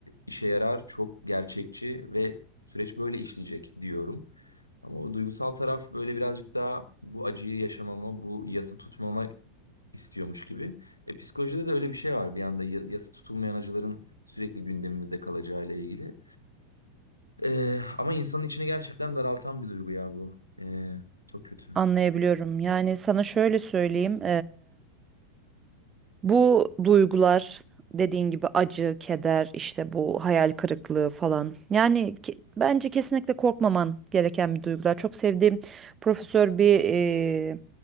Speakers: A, on the left; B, on the right.
A: işe yarar, çok gerçekçi ve süreç böyle işleyecek diyorum. Ama o duygusal taraf böyle birazcık daha bu acıyı yaşamama, bu yası tutmama istiyormuş gibi. E, psikolojide de öyle bir şey var. Bir yanda ya- yasa tutulmayan acıların sürekli gündemimizde kalacağıyla ilgili. E, ama insanın içini gerçekten daraltan bir duygu ya bu. E, çok kötü.
B: Anlayabiliyorum. Yani sana şöyle söyleyeyim. Bu duygular dediğin gibi acı, keder, işte bu hayal kırıklığı falan. Yani ke- bence kesinlikle korkmaman gereken bir duygular. Çok sevdiğim profesör bir e,